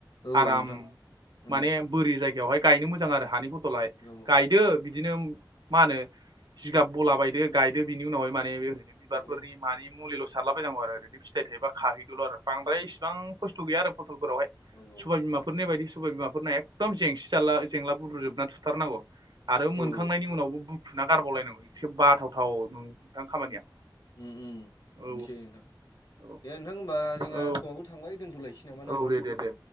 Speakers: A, on the left (about 70°); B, on the right (about 70°).
A: औ
B: आराम
A: औ नोंथां उम
B: माने बोरि जायगायावहाय गायनो मोजां आरो हानि <unintelligible> <unintelligible>
A: औ
B: गायदो बिदिनो मा होनो जिगाब बला बायदो गायदो बिनि उनावहाय माने ओरैनो बिबारफोरनि
A: माने
B: मानि मुलिल' सारलाबायनांगौ आरो ओरैनो फिथाइ थायोबा खाहैदोल' आरो बांद्राय इसेबां खस्थ' गैया आरो फटलफोरावहाय।
A: औ औ
B: सबाय बिमाफोरनि बायदि सबाय बिमाफोरना एकदम जेंसि जाला जेंला बुद्रुजोबना थुथारनांगौ। आरो मोनखांनायनि
A: औ
B: उनावबो बुखुना गारबावलायनांगौ एसे बाथावथाव नोंथां खामानिया
A: उम उम
B: औ
A: इनोसै नोंथां
B: औ
A: दे नोंथां होनोमबा जोंहा
B: औ
A: समाबो थांबाय दोनथलायसै नामा
B: औ
A: नामाहोनो
B: दे दे दे